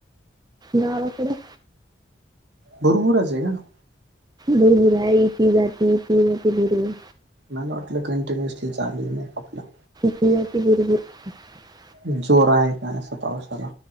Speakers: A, on the right; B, on the right.
A: गावाकडं.
B: <unintelligible> का?
A: भरपूरये इती जाती इती जाती भरपूर.
B: मला वाटलं <unintelligible> चालूये मेकपला.
A: <unintelligible>
B: जोर हाय का असं पावसाला?